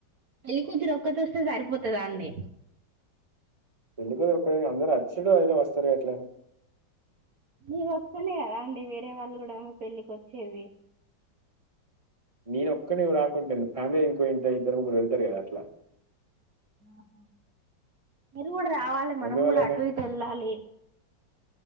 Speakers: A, on the right; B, on the right.
A: పేళ్లి కూతురు ఒక్కతి వస్తే సరిపోతదా అండి
B: పెళ్లి కూతురుకు అందరు అచ్చిందే అయిదో వస్తారు అట్లని
A: మీరు వస్తానే కదా అండి వేరే వాళ్ళు కూడా పెళ్ళికి వచ్చేది
B: నేను ఒక్కని రాకుంటేంది ఫ్యామిలీ ఇంకో ఇద్దరు ముగ్గురు వెళ్తారు కదా అట్లా
A: ఆహా కూడా రావాలి మనం
B: మమ్మీ
A: కూడా
B: వాళ్ళేమే
A: అటు ఇటు వెళ్ళాలి